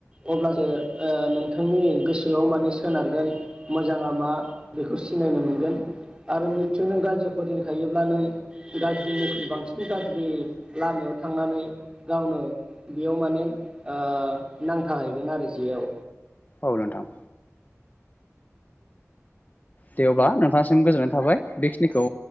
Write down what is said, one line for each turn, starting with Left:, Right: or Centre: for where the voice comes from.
Right: अब्ला जो ओ नोंथांनि गोसो सोआव माने सोनारगोन मोजाङा मा बेखौ सिनायनो मोनगोन आरो निस्सय नों गाज्रिफोरजों थायोब्ला नों गाज्रिनिख्रुइ बांसिन गाज्रि लामायाव थांनानै गावनो बेयाव माने ओ नांथाहैगोन आरो जेयाव
Left: औ नोंथां दे अबा नोंथांसिम गोजोननाय थाबाय बेखिनिखौ